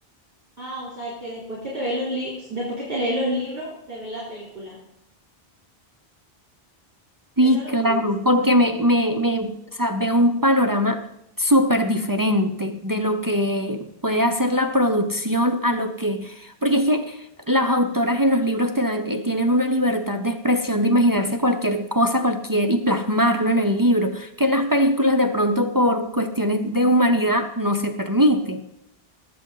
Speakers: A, on the right (about 65°); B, on the right (about 25°).
A: Ah, o sea, que después que te ves los li- después que te lees los libros, te ves la película.
B: Sí,
A: Eso es lo
B: claro,
A: que dices.
B: porque me, me, me, o sea, veo un panorama súper diferente de lo que puede hacer la producción a lo que, porque es que las autoras en los libros te dan, eh, tienen una libertad de expresión, de imaginarse cualquier cosa, cualquier, y plasmarlo en el libro, que en las películas de pronto por cuestiones de humanidad no se permite.